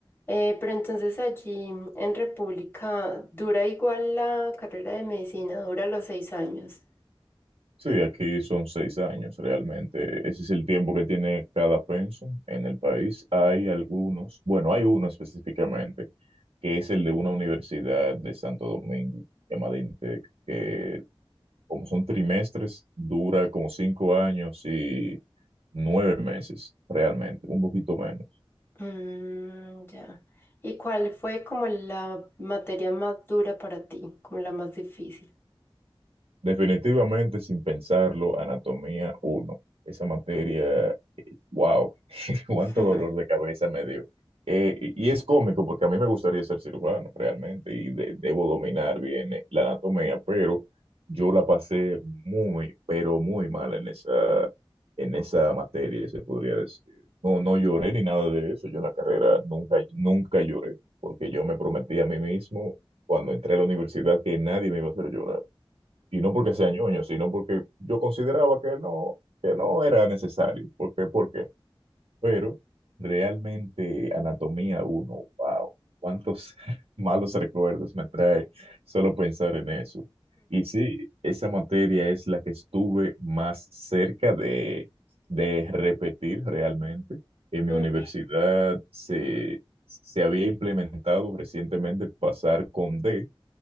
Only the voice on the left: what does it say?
Eh, pero entonces allí mm, en República dura igual la carrera de medicina, dura los seis años.
Mm, ya. ¿Y cuál fue como la materia más dura para ti, como la más difícil?
<laughs> Ujú,
ujú,